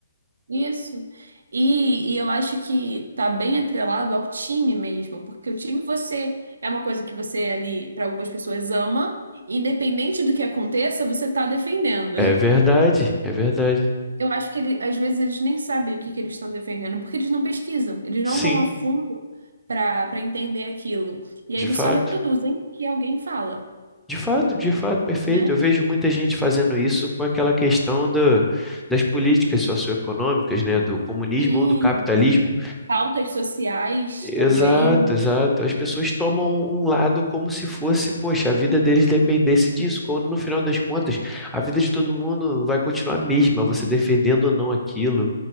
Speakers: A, on the right; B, in the centre.
A: isso. E, e eu acho que tá bem atrelado ao time mesmo, porque o time você é uma coisa que você ali, para algumas pessoas, ama, independente do que aconteça, você tá defendendo.
B: É verdade, é verdade.
A: Eu acho que ele, às vezes eles nem sabem o que que eles estão defendendo, porque eles não pesquisam, eles
B: Sim,
A: não vão a fundo para para entender aquilo. E
B: de
A: aí eles
B: fato.
A: só reproduzem o que alguém fala,
B: De fato, de fato, perfeito.
A: né?
B: Eu vejo muita gente fazendo isso com aquela questão da- das políticas socioeconômicas, né, do comunismo
A: Sim.
B: ou do capitalismo
A: pautas sociais
B: Exato,
A: também.
B: exato. As pessoas tomam um lado como se fosse, poxa, a vida deles dependesse disso, quando no final das contas, a vida de todo mundo vai continuar a mesma, você defendendo ou não aquilo.